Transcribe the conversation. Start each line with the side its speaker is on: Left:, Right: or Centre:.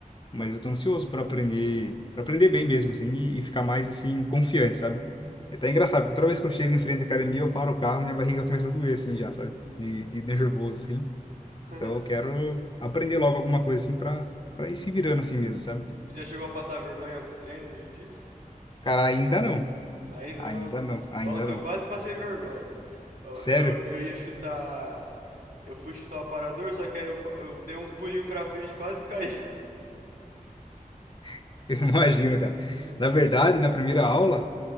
Left: mas eu tô ansioso pra aprender, pra aprender bem mesmo, assim, e, e ficar mais, assim, confiante, sabe? É até engraçado, porque toda vez que eu chego em frente à academia, eu paro o carro, minha barriga começa a doer, assim, já, sabe? De, de nervoso, assim.
Right: <laughs>
Left: Então, eu quero aprender logo alguma coisa, assim, pra, pra ir se virando, assim mesmo, sabe?
Right: Você já chegou a passar vergonha em algum treino no jiu-jitsu?
Left: Cara, ainda não.
Right: Ainda
Left: Ainda
Right: não?
Left: não, ainda
Right: Ontem
Left: não.
Right: eu quase passei vergonha. Eu,
Left: Sério?
Right: eu, eu ia chutar. Eu fui chutar o aparador, só que aí eu, qua- eu dei um pulinho pra frente e quase caí.
Left: <laughs> Eu imagino, cara. Na verdade, na primeira aula,